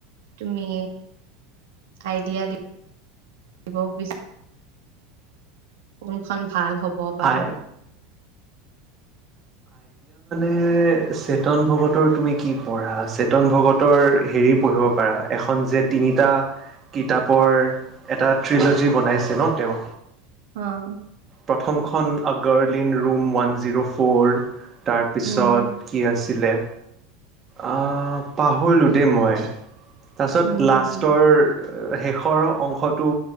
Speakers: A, on the right; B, on the right.
A: তুমি। আইদিয়া দি ব' বিচ, কোনখন ভাল হ'ব বা
B: আই এই চেতন ভগতৰ তুমি কি পঢ়া? চেতন ভগতৰ হেৰি পঢ়িব পাৰা এখন যে তিনিটা কিতাপৰ, এটা থ্ৰিলজি বনাইছে ন তেওঁ।
A: অহ।
B: প্ৰথমখন girl in room one zero four তাৰপিছত
A: উম
B: কি আছ অহ, পাহৰিলোঁ দেই মই। তাৰপিছত
A: উম
B: লাষ্টৰ
A: হুম
B: শেষৰ অংশটো